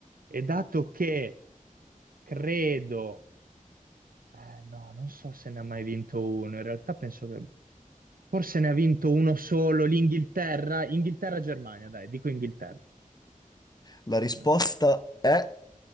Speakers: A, on the right; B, on the left.
A: e dato che credo, eh, no, non so se ne ha mai vinto uno, in realtà penso che forse ne ha vinto uno solo, l'Inghilterra, Inghilterra-Germania, dai, dico Inghilterra.
B: La risposta
A: Eh,
B: è...